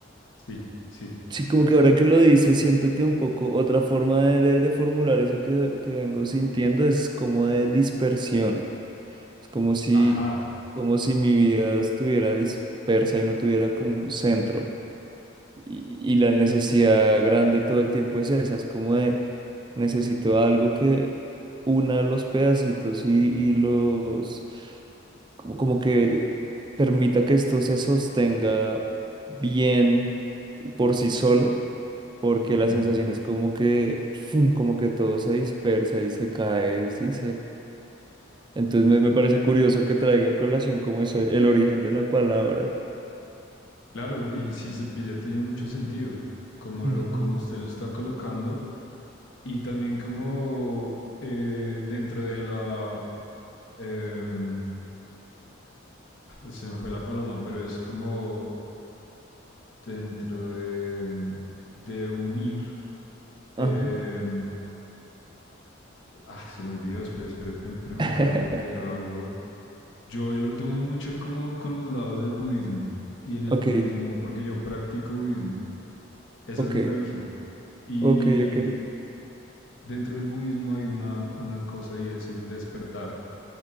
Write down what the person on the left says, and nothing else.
Sí, sí.
Ajá.
ujú.
Claro, y si se pilla tiene mucho sentido, como
lo, como usted lo está colocando, y también como eh, dentro de la em, se me fue la paloma, pero es como dentro de, de unir. em,
ah, se me olvidó, espera, espera, espera, espera, me
acuerdo porque era algo. Yo, yo lo tomo mucho como con los lados del budismo y en el
budismo, porque yo practico budismo. Esa
es mi religión. Y
dentro del budismo hay una, una cosa y es el despertar.